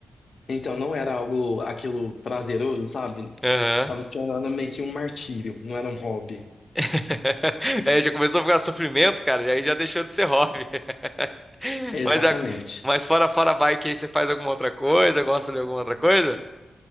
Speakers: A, on the left; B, in the centre.
A: então não era algo, aquilo prazeroso, sabe?
B: Aham.
A: Tava se tornando meio que um martírio, não era um hobby.
B: <laughs> É, já começou a ficar sofrimento, cara, já- aí já deixou de ser hobby. <laughs>
A: Exatamente.
B: Mas, a- mas fora, fora bike, aí você faz alguma outra coisa, gosta de alguma outra coisa?